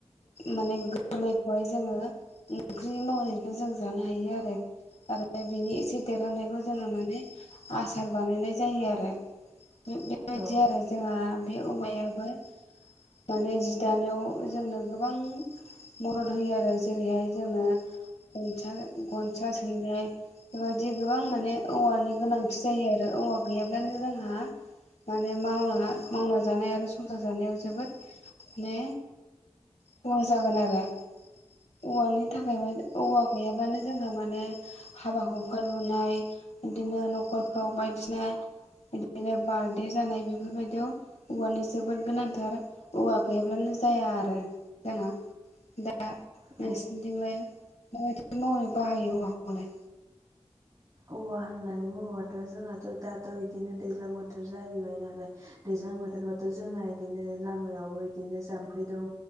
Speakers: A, on the left; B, on the right.
A: माने गोरलैखौहाय जोङो ओंख्रि महरैबो जों जानो हायो आरो आरो फ्राय बिनि एसे देरहानायखौ जोङो माने आसार बानायनाय जायो आरो। बेबायदि
B: औ
A: आरो जोंहा बे औवायाबो। माने जि दानायाव जोंनो गोबां मदद होयो आरो जेरैहाय जोङो गनसा गनसा सैनाय बेबायदि गोबां माने औवानि गोनांथि जायो आरो औवा गैयाब्लानो जोंहा माने मावलाङा मावना जानाय आरो संसार जानायाव जोबोद माने खहा जागोन आरो। औवानि थाखायबो औवा गैयाब्लानो जोंहा माने हाबा हुखा लुनाय बिदिनो न'खरफ्राव बायदिसिना बिदिनो बार्डे जानाय बेफोरबायदियाव औवानि जोबोद गोनांथार औवा गैयाब्लानो। जाया आरो जोंहा दा नोंसिनिथिंलाय
B: औ
A: <unintelligible> महरब हायो आलाय
B: औवा होननानै बुङोबाथ' जोंनाथ' दाथ' बिदिनो दैज्लां बोथोर जाहैबाय नालाय दैज्लां। दैजां बोथोरबाथ' जोंना बिदिनो लामायावबो इदिनो जामफै दङ